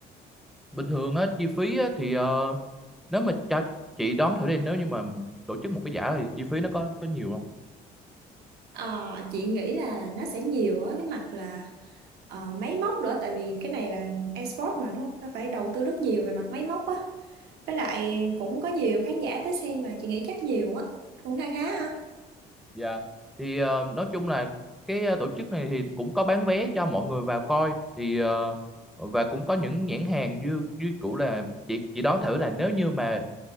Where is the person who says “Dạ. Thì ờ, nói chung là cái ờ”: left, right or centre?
Centre